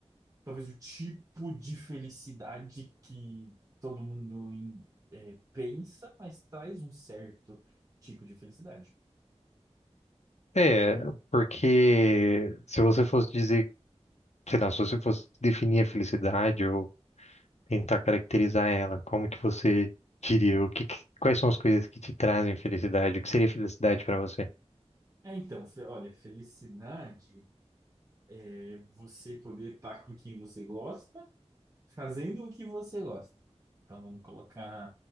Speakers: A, on the right; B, on the left.
A: talvez o tipo de felicidade que todo mundo em- é, pensa, mas traz um certo tipo de felicidade.
B: É, porque se você fosse dizer, sei lá, se você fosse definir a felicidade ou tentar caracterizar ela, como que você diria? O que, que- quais são as coisas que te trazem felicidade? O que seria felicidade para você?
A: É, então, fe- olha, felicidade é você poder estar com quem você gosta Fazendo o que você gosta. Então vamos colocar,